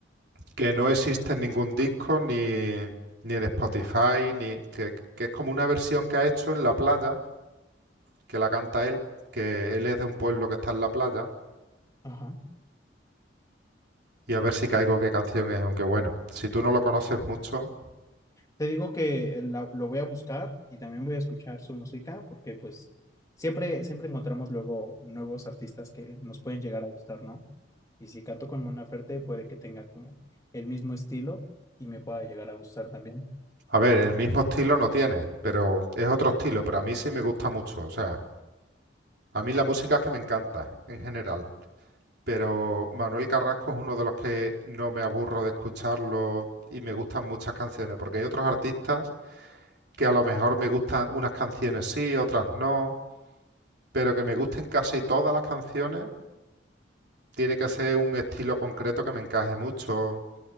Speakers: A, on the right; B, on the left.
A: que no existe en ningún disco ni, ni en Spotify, ni que, que es como una versión que ha hecho en la playa, que la canta él, que él es de un pueblo que está en la playa,
B: Ajá.
A: y a ver si caigo qué canción es, aunque bueno, si tú no lo conoces mucho,
B: Te digo que eh, la- lo voy a buscar y también voy a escuchar su música porque pues siempre, siempre encontramos luego nuevos artistas que nos pueden llegar a gustar, ¿no? Y si canto con Mon Laferte, puede que tenga como el mismo estilo y me pueda llegar a gustar también.
A: a ver, el mismo estilo no tiene, pero es otro estilo, pero a mí sí me gusta mucho, o sea, a mí la música es que me encanta en general. Pero Manuel Carrasco es uno de los que no me aburro de escucharlo y me gustan muchas canciones, porque hay otros artistas que a lo mejor me gustan unas canciones sí, otras no, pero que me gusten casi todas las canciones, tiene que ser un estilo concreto que me encaje mucho,